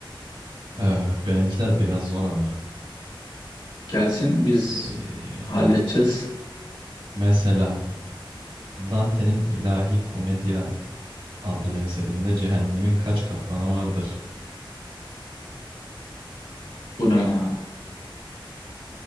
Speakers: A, on the right (about 75°); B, on the left (about 65°).
A: Eh, benimkiler biraz zor ama.
B: Gelsin biz
A: Eh,
B: halledeceğiz.
A: mesela Dante'nin İlahi Komedya adlı eserinde cehennemin kaç katmanı vardır?
B: Bu ne ya?